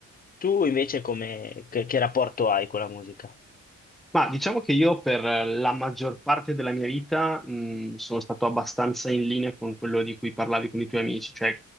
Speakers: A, on the left (about 30°); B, in the centre.
A: Tu invece come... che, che rapporto hai con la musica?
B: Ma diciamo che io per la maggior parte della mia vita mh, sono stato abbastanza in linea con quello di cui parlavi con i tuoi amici, cioè